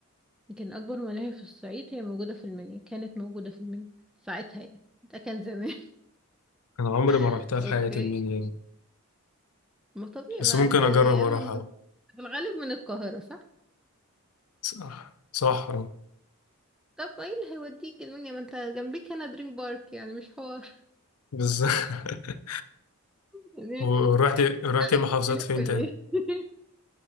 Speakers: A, in the centre; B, on the left.
A: يمكن أكبر ملاهي في الصعيد هي موجودة في المنيا كانت موجودة في المنيا ساعتها يعني ده كان زمان
B: أنا عمري ما
A: <laughs>
B: رحتها في
A: اوكي
B: حياتي المنيا دي
A: ما طبيعي
B: بس
A: ما
B: ممكن
A: انت يا
B: أجرب أروحها
A: اما من
B: بقى.
A: في الغالب من القاهرة صح؟
B: صح صحرا
A: طب ايه اللي هيوديك المنيا ما انت جنبيك هنا دريم بارك يعني مش حوار
B: بالظبط <laughs>
A: <laughs> يعني
B: ورحت رحت
A: عايز
B: محافظات
A: تلف
B: فين تاني؟
A: ليه؟ <laughs>